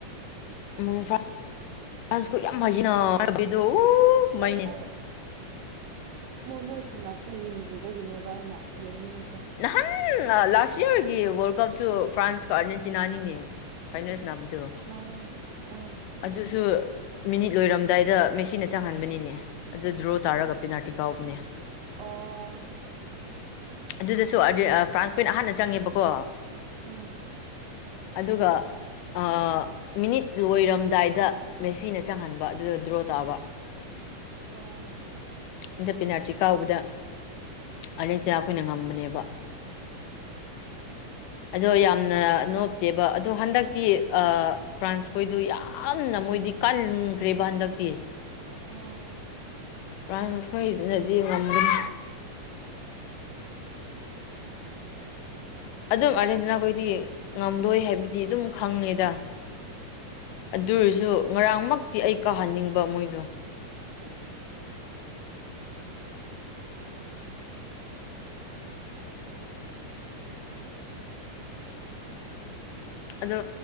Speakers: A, on the left; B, on the right.
A: <unintelligible> ꯃꯩꯅꯦ
B: ꯑꯩ ꯃꯣꯏ ꯃꯣꯏ ꯃꯣꯏ ꯁ ꯁꯥꯟꯅꯕꯗꯨ ꯌꯦꯡꯗ꯭ꯔꯤꯕꯒꯤꯅꯦꯕ ꯑꯩꯅ ꯌꯦꯡꯅꯤꯡꯉꯤ
A: ꯅꯍꯥꯟꯅ ꯂꯥꯁ ꯌꯔꯒꯤ ꯋꯥꯔꯜ ꯀꯞꯁꯨ ꯐ꯭ꯔꯥꯟꯁꯀ ꯑꯥꯔꯖꯦꯟꯇꯤꯅꯥꯅꯤꯅꯦ ꯐꯥꯏꯅꯦꯁ ꯁ꯭ꯅꯥꯕꯗꯨ
B: ꯃꯥꯅꯦ ꯑꯥ
A: ꯑꯗꯨꯁꯨ ꯃꯤꯅꯤꯠ ꯂꯣꯏꯔꯝꯗꯥꯏꯗ ꯃꯦꯁꯤꯅ ꯆꯪꯍꯟꯕꯅꯤꯅꯦ ꯑꯗꯨ ꯗ꯭ꯔꯣ ꯇꯥꯔꯒ ꯄꯦꯅꯥꯔꯇꯤ ꯀꯥꯎꯕꯅꯦ
B: ꯑꯣ
A: ꯑꯗꯨꯗꯁꯨ ꯑꯥꯔꯖꯦ ꯑꯥ ꯐ꯭ꯔꯥꯟꯁ ꯈꯣꯏꯅ ꯑꯍꯥꯟꯅ ꯆꯪꯉꯦꯕꯀꯣ
B: ꯎꯝ
A: ꯑꯗꯨꯒ ꯑ ꯃꯤꯅꯤꯠ ꯂꯣꯏꯔꯝꯗꯥꯏꯗ ꯃꯦꯁꯤꯅ ꯆꯪꯍꯟꯕ ꯑꯗꯨꯗ ꯗ꯭ꯔꯣ ꯇꯥꯕ <inaudible>
B: ꯑꯣ
A: ꯑꯗ ꯄꯤꯅꯥꯜꯇꯤ ꯀꯥꯎꯕꯗ ꯑꯅꯤ ꯆꯞ ꯈꯣꯏꯅ ꯉꯝꯕꯅꯦꯕ ꯑꯗꯣ ꯌꯥꯝꯅ ꯅꯣꯞꯇꯦꯕ ꯑꯗꯣ ꯍꯟꯗꯛꯇꯤ ꯑꯥ ꯐ꯭ꯔꯥꯟꯁ ꯈꯣꯏꯗꯨ ꯌꯥꯝꯅ ꯃꯣꯏꯗꯤ ꯀꯟꯈ꯭ꯔꯦꯕ ꯍꯟꯗꯛꯇꯤ
B: ꯑꯣ
A: ꯐ꯭ꯔꯥꯟꯁ ꯈꯣꯏꯅꯗꯤ ꯉꯝꯒꯅꯤ ꯑꯗꯨꯝ ꯑꯥꯔꯖꯦꯟꯇꯤꯅꯥ ꯈꯣꯏꯗꯤ ꯉꯝꯂꯣꯏ ꯍꯥꯏꯕꯗꯤ ꯑꯗꯨꯝ ꯈꯪꯉꯦꯗ ꯑꯗꯨꯑꯣꯢꯔꯁꯨ ꯉꯔꯥꯡꯃꯛꯇꯤ ꯑꯩ ꯀꯥꯍꯟꯅꯤꯡꯕ ꯃꯣꯏꯗꯣ ꯑꯗꯨ